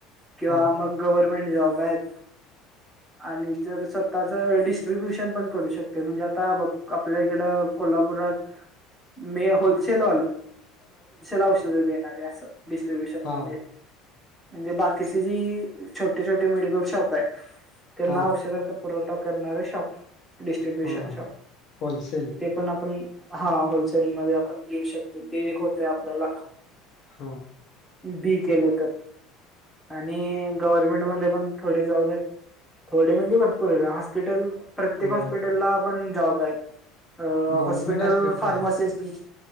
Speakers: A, in the centre; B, on the left.
A: किंवा
B: हा
A: मग गव्हर्मेंट जॉब हायत. आणि जर स्वतःच डिस्ट्रीब्युशन पण करू शकतोय म्हणजे आता बघ आपल्या इकडं कोल्हापुरात, मे होल <unintelligible> होलसेल औषध देणारे अस डिस्ट्र्रीब्युशन
B: हा
A: म्हणजे. म्हणजे बाकीची जी छोटे छोटे मेडिकल शॉप आहे, त्यांना
B: हा
A: औषधाचा पुरवठा करणारे शॉप, डिस्ट्र्रीब्युशन
B: हा
A: शॉप,
B: होलसेल
A: ते पण आपण हा होलसेल मध्ये आपण देेऊ शकतो ते एक होतय आपल्याला.
B: हा.
A: बी केलं तर. आणि गव्हर्नमेंटमध्ये पण थोडे जॉब आहेत. थोडे म्हणजे भरपूर हॉस्पिटल प्रत्येक
B: होय
A: हॉस्पिटलला पण जॉब आहेत. अ
B: गव्हर्मेंट
A: हॉस्पिटल फार्मसी
B: आहे
A: अस बि.